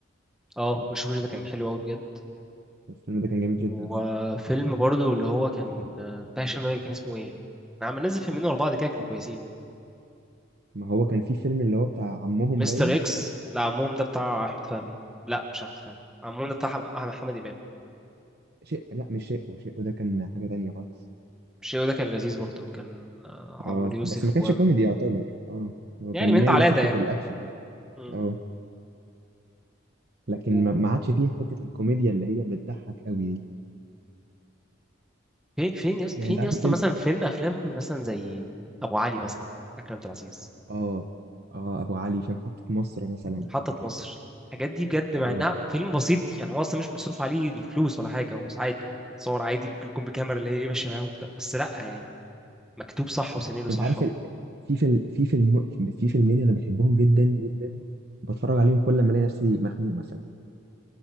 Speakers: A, in the centre; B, on the right (about 50°).
A: اه وشوف ده كان حلو قوي بجد
B: الفيلم ده كان جميل جدا
A: هو
B: اه
A: فيلم برضو اللي هو كان آه، بتاع هشام ماجد كان اسمه ايه؟ انا عم نزل فيلمين ورا بعض كده كانوا كويسين
B: ما هو كان في فيلم اللي هو بتاع عمهم
A: مستر
B: باين
A: اكس لا عمهم ده بتاع احمد فهمي لا مش احمد فهمي عمهم ده بتاع أحم- أحمد محمد امام
B: شيء لا مش شيء شيء ده كان حاجه تانية خالص
A: الشيء ده كان لذيذ برضو كان آه،
B: اه
A: عمرو يوسف
B: بس ما كانش
A: و
B: كوميدي يعتبر اه هو
A: يعني
B: كان
A: من
B: مايل
A: ده على
B: لسكه
A: ده يعني
B: الاكشن اه
A: مم.
B: آه. لكن
A: و-
B: ما ما عادش فيه حته الكوميديا اللي هي بتضحك قوي دي
A: فين فين يس...
B: يعني
A: فين
B: انت عارف
A: يا اسطى
B: الفيلم
A: مثلا فين افلام مثلا زي ابو علي مثلا اكرم عبد العزيز
B: اه اه ابو علي في محطه مصر مثلا
A: محطة مصر الحاجات دي بجد مع
B: اه
A: انها فيلم بسيط يعني هو اصلا مش مصروف عليه الفلوس ولا حاجة هو عادي صور عادي ممكن يكون بكاميرا اللي هي ايه ماشية معاهم وبتاع بس لا يعني مكتوب صح وسيناريو صح
B: انت عارف
A: و...
B: ال... في فيلم في فيلم في فيلمين انا بحبهم جدا جدا بتفرج عليهم كل ما الاقي نفسي مخنوق مثلا